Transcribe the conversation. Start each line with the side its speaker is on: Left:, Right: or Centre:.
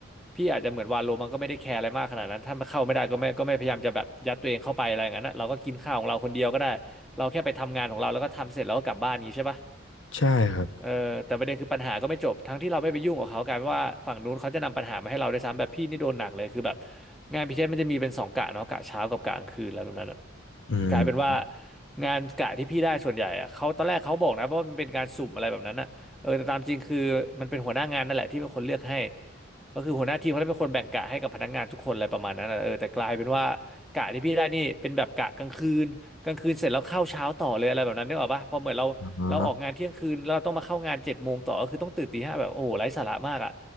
Centre: พี่อาจจะเหมือนวาโลมันก็ไม่ได้แคร์อะไรมากขนาดนั้นถ้าเข้าไม่ได้ก็ไม่ก็ไม่พยายามจะแบบยัดตัวเองเข้าไปอะไรอย่างนั้นนะเราก็กินข้าวของเราคนเดียวก็ได้เราแค่ไปทำงานของเราแล้วก็ทำเสร็จแล้วก็กลับบ้านอย่างนี้ใช่ปะ
Left: ใช่ครับ
Centre: เออแต่ประเด็นคือปัญหาก็ไม่จบทั้งที่เราไม่ไปยุ่งกับเขากลายเป็นว่าฝั่งนู้นเขาจะนำปัญหามาให้เราด้วยซ้ำแบบพี่นี่โดนหนักเลยคือแบบงานพิเศษมันจะมีเป็นสองกะเนาะกะเช้ากับกะกลางคืนอะไรแบบนั้นอะ
Left: อื
Centre: กลายเป็นว่า
Left: ม
Centre: งานกะที่พี่ได้ส่วนใหญ่อะเขาตอนแรกเขาบอกนะว่ามันเป็นการสุ่มอะไรแบบนั้นอะเออแต่ตามจริงคือมันเป็นหัวหน้างานนั่นแหละที่เป็นคนเลือกให้ก็คือหัวหน้าทีมเขาได้เป็นคนแบ่งกะให้กับพนักงานทุกคนอะไรประมาณนั้นอะเออแต่กลายเป็นว่ากะที่พี่ได้นี่เป็นแบบกะกลางคืน กลางคืนเสร็จแล้วเข้าเช้าต่อเลยอะไรแบบนั้นนึกออกปะพอเหมือนเราเราออกงานเที่ยงคืนแล้วเราต้องมาเข้างานเจ็ดโมงต่อก็คือต้องตื่นตีห้าแบบโอ้โหไร้สาระมากอ่ะ
Left: อ๋อ